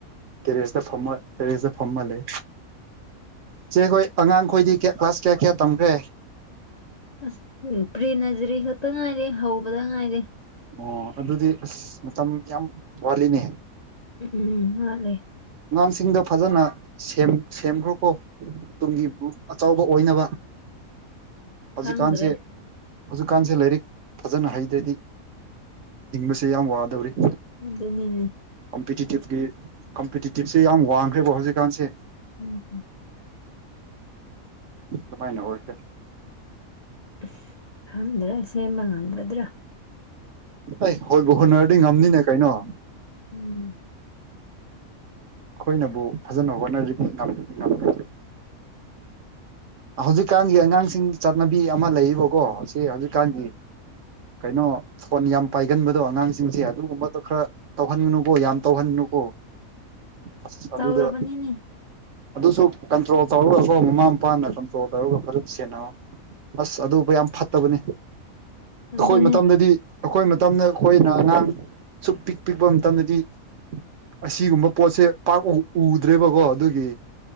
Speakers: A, on the right; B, on the left.
A: ꯀꯦꯔꯦꯁꯇꯥ ꯐꯝꯃꯣꯏ ꯇꯦꯔꯦꯁꯇꯥ ꯐꯝꯃ ꯂꯩ ꯆꯦ ꯈꯣꯏ ꯑꯉꯥꯡꯈꯣꯏꯗꯤ ꯀ꯭ꯌꯥ ꯀ꯭ꯂꯥꯁ ꯀꯌꯥ ꯀꯌꯥ ꯇꯝꯈ꯭ꯔꯦ
B: ꯑꯁ ꯎꯝ ꯄ꯭ꯔꯤ ꯅꯖꯔꯤ ꯈꯛꯇꯥ ꯉꯥꯏꯔꯤ ꯍꯧꯕꯗ ꯉꯥꯏꯔꯦ
A: ꯑꯣ ꯑꯗꯨꯗꯤ ꯑꯁ ꯃꯇꯝ ꯌꯥꯝ ꯋꯥꯠꯂꯤꯅꯦ
B: ꯎꯝ ꯎꯝ ꯋꯥꯠꯂꯦ
A: ꯑꯉꯥꯡꯁꯤꯡꯗꯣ ꯐꯖꯅ ꯁꯦꯝ ꯁꯦꯝꯈ꯭ꯔꯣꯀꯣ ꯇꯨꯡꯒꯤ ꯑꯆꯧꯕ ꯑꯣꯏꯅꯕ ꯍꯧꯖꯤꯛꯀꯥꯟꯁꯦ
B: ꯈꯪꯗ꯭ꯔꯦ
A: ꯍꯧꯖꯤꯛꯀꯥꯟꯁꯦ ꯂꯥꯏꯔꯤꯛ ꯐꯖꯅ ꯍꯩꯇ꯭ꯔꯥꯗꯤ ꯍꯤꯡꯕꯁꯦ ꯌꯥꯝ ꯋꯥꯗꯧꯔꯤ
B: ꯑꯗꯨꯅꯤꯅꯦ
A: ꯀꯝꯄꯤꯇꯤꯇꯤꯞꯀꯤ ꯀꯝꯄꯤꯇꯤꯇꯤꯞꯁꯦ ꯌꯥꯝ ꯋꯥꯡꯈ꯭ꯔꯦꯕ ꯍꯧꯖꯤꯛꯀꯥꯟꯁꯦ
B: ꯎꯝ ꯎꯝ
A: ꯗꯨꯃꯥꯏꯅ ꯑꯣꯏꯈ꯭ꯔꯦ
B: ꯏꯁ ꯈꯪꯗ꯭ꯔꯦ ꯁꯦꯝꯕ ꯉꯝꯒꯗ꯭ꯔꯥ
A: ꯑꯩ ꯍꯣꯜꯕꯨ ꯍꯣꯠꯅꯔꯗꯤ ꯉꯝꯅꯤꯅꯦ ꯀꯩꯅꯣ
B: ꯎꯝ
A: ꯑꯩꯈꯣꯏꯅꯕꯨ ꯐꯖꯅ ꯍꯣꯠꯅꯔꯗꯤ ꯉꯝ ꯉꯝꯒꯅꯤ ꯍꯧꯖꯤꯛꯀꯥꯟꯒꯤ ꯑꯉꯥꯡꯁꯤꯡ ꯆꯠꯅꯕꯤ ꯑꯃ ꯂꯩꯕꯀꯣ ꯁꯤ ꯍꯧꯖꯤꯛꯀꯥꯟꯒꯤ ꯀꯩꯅꯣ ꯐꯣꯟ ꯌꯥꯝ ꯄꯥꯏꯒꯟꯕꯗꯣ ꯑꯉꯥꯡꯁꯤꯡꯁꯦ ꯑꯗꯨꯒꯨꯝꯕꯗꯣ ꯈꯔ ꯇꯧꯍꯟꯒꯅꯨꯀꯣ ꯌꯥꯝ ꯇꯧꯍꯟꯅꯨꯀꯣ ꯑꯁ ꯑꯗꯨꯗ
B: ꯇꯧꯔꯕꯅꯤꯅꯦ
A: ꯑꯗꯨꯁꯨ ꯀꯟꯇ꯭ꯔꯣꯜ ꯇꯧꯔꯒꯀꯣ ꯃꯃꯥ ꯃꯄꯥꯅ ꯀꯟꯇ꯭ꯔꯣꯜ ꯇꯧꯔꯒ ꯐꯖꯅ ꯁꯦꯟꯅ ꯑꯁ ꯑꯗꯨꯕꯨ ꯌꯥꯝ ꯐꯠꯇꯕꯅꯤ
B: ꯑꯗꯨꯅꯤ
A: ꯑꯈꯣꯏ ꯃꯇꯝꯗꯗꯤ ꯑꯈꯣꯏ ꯃꯇꯝꯗ ꯑꯈꯣꯏꯅ ꯑꯉꯥꯡ ꯁꯨꯛ ꯄꯤꯛ ꯄꯤꯛꯄ ꯃꯇꯝꯗꯗꯤ ꯑꯁꯤꯒꯨꯝꯕ ꯄꯣꯠꯁꯦ ꯄꯥꯛ ꯎ ꯎꯗ꯭ꯔꯦꯕꯀꯣ ꯑꯗꯨꯒꯤ